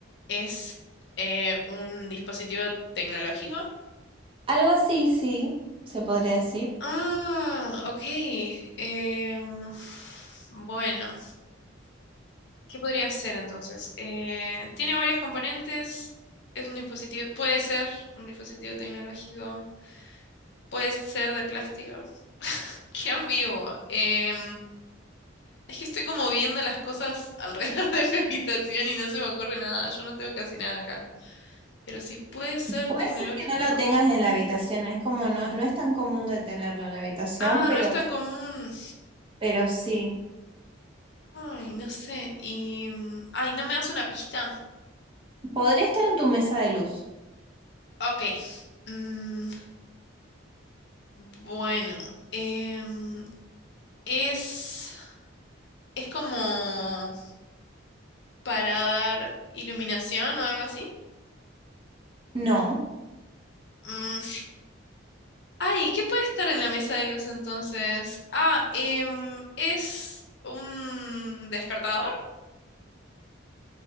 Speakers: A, on the left; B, on the right.
A: es eh, un dispositivo tecnológico.
B: Algo así, sí, se podría decir.
A: Ah, ok. em, bueno, ¿qué podría ser entonces? Eh, tiene varios componentes. Es un dispositivo, puede ser un dispositivo tecnológico, puede ser de plástico. <laughs> Qué ambiguo. Eh, Es que estoy como viendo las cosas alrededor <laughs> de mi habitación y no se me ocurre nada. Yo no tengo casi nada acá. Pero si puede ser
B: Puede
A: tecnológico.
B: ser que no lo tengas en la habitación, es como no, no es tan común de tenerlo en la habitación,
A: Ah,
B: pero,
A: no es tan común.
B: pero sí.
A: Ay, no sé. Y. mm, Ay, ¿no me das una pista?
B: ¿Podría estar en tu mesa de luz?
A: Ok. Mm, bueno. em, es. Es como para dar iluminación o algo así.
B: No.
A: Mm, Ay, ¿qué puede estar en la mesa de luz entonces? Ah, em, es un despertador.